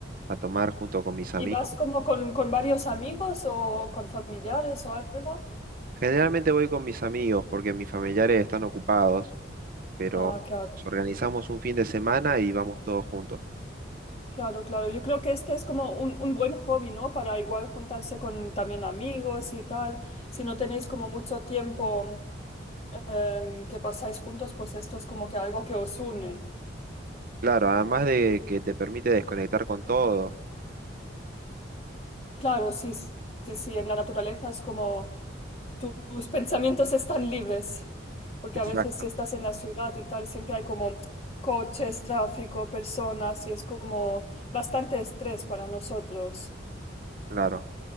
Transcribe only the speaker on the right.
a tomar junto con mis amigos.
Generalmente voy con mis amigos porque mis familiares están ocupados, pero
nos organizamos un fin de semana y vamos todos juntos.
Claro, además de que te permite desconectar con todo.
Exacto,
claro.